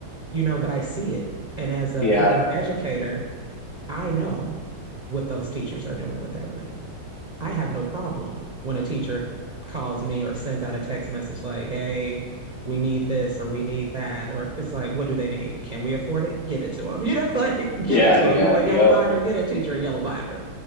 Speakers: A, on the right; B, on the left.
A: you know, but I see it. And as a
B: Yeah.
A: former educator, I know what those teachers are doing with that money. I have no problem when a teacher calls me or sends out a text message like, hey, we need this or we need that. Or it's like, what do they need? Can we afford it? Give it to them. <laughs> You know, like <laughs> give
B: Yeah,
A: it to them.
B: yeah,
A: You want a
B: yep,
A: yellow binder? Get a teacher a yellow binder.